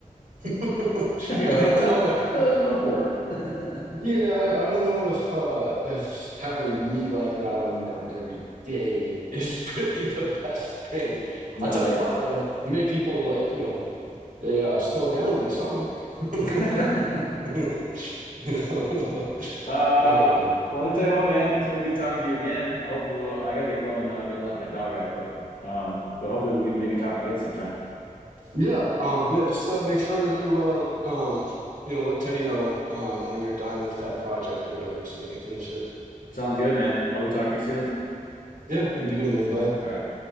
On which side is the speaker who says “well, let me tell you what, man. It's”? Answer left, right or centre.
Left